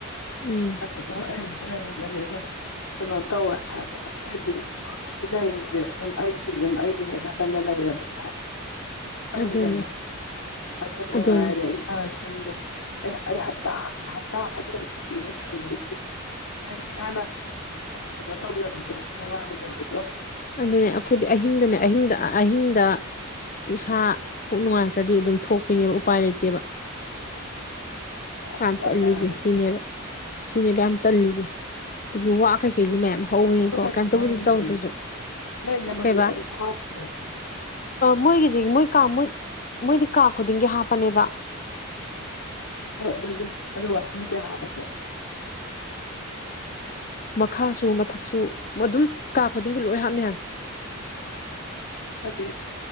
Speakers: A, on the left; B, on the left.
A: ꯎꯝ
B: ꯑꯗꯨ ꯑꯩꯛꯇ ꯂꯩꯔꯒꯗꯤ ꯑꯗꯨꯝ ꯀꯩꯅꯣ ꯇꯧꯋꯦ ꯍꯥꯏꯕ ꯑꯩꯈꯣꯏꯗꯤ ꯁꯤ ꯂꯩꯔꯤꯁꯦ ꯑꯗꯨꯝ ꯑꯩꯒꯤ ꯑꯗꯨꯝ ꯑꯩꯒꯤ ꯍꯦꯛ ꯅꯥꯀꯟꯅ ꯂꯩꯔꯕꯅꯦ ꯈꯪꯉꯤꯗꯅ
A: ꯑꯗꯨꯅꯦ
B: ꯑꯗꯨꯅ
A: ꯑꯗꯨꯅꯦ
B: ꯅꯨꯡꯉꯥꯏꯔꯦ ꯏꯁꯥ ꯁꯤꯡꯗꯤ ꯑꯩ ꯑꯩ ꯍꯥꯞꯇ ꯐꯗꯅ ꯅꯨꯡꯇꯤꯒꯤꯅꯦ ꯁꯦꯡꯗꯣꯛꯏꯁꯦ ꯍꯥꯏꯗꯤ ꯏꯁꯥꯅ ꯀꯩꯅꯣ ꯇꯧꯖꯕꯗꯣ ꯅꯨꯡꯉꯥꯏꯖꯕꯗꯣ
A: ꯑꯗꯨꯅꯦ ꯑꯩꯈꯣꯏꯗꯤ ꯑꯍꯤꯡꯗꯅꯦ ꯑꯍꯤꯡꯗ ꯑꯍꯤꯡꯗ ꯏꯁꯥ ꯄꯨꯛ ꯅꯨꯡꯉꯥꯏꯔꯒꯗꯤ ꯑꯗꯨꯝ ꯊꯣꯛꯄꯤꯅꯦꯕ ꯎꯄꯥꯏ ꯂꯩꯇꯦꯕ
B: ꯑꯗꯨ
A: ꯌꯥꯝ
B: ꯇꯜꯂꯦ
A: ꯇꯜꯂꯤꯁꯦ
B: ꯍꯥꯏꯕ ꯑꯗꯨ
A: ꯁꯤꯅꯦꯕ ꯁꯤꯅꯦꯕ ꯌꯥꯝ ꯇꯜꯂꯤꯁꯦ ꯑꯗꯒꯤ ꯋꯥ ꯀꯩꯀꯩꯁꯨ ꯃꯌꯥꯝ ꯍꯧꯕꯅꯤꯅꯀꯣ
B: ꯀꯩꯅꯣ
A: ꯀꯩꯝꯇꯕꯨꯗꯤ
B: ꯃꯣꯏꯒꯤꯗꯤ
A: ꯇꯧꯗ꯭ꯔꯁꯨ
B: ꯅꯣꯏꯅ ꯃꯗꯨ
A: ꯀꯩꯕꯥ
B: ꯑꯗꯨꯝ ꯍꯥꯞꯈ꯭ꯔꯣ
A: ꯃꯣꯏꯒꯤꯗꯤ ꯃꯣꯏ ꯀꯥ ꯃꯣꯏ ꯃꯣꯏꯗꯤ ꯀꯥ ꯈꯨꯗꯤꯡꯒꯤ ꯍꯥꯞꯄꯅꯦꯕ
B: ꯍꯣꯏ ꯑꯗꯨꯗꯤ ꯑꯗꯨ ꯋꯥꯁꯔꯨꯝ ꯀꯌꯥ ꯍꯥꯞꯄꯒꯦ
A: ꯃꯈꯥꯁꯨ ꯃꯊꯛꯁꯨ ꯑꯗꯨꯝ ꯀꯥ ꯈꯨꯗꯤꯡꯒꯤ ꯂꯣꯏ ꯍꯥꯞꯅꯤ ꯍꯥꯢꯕꯅꯦ
B: ꯑꯗꯨꯗꯤ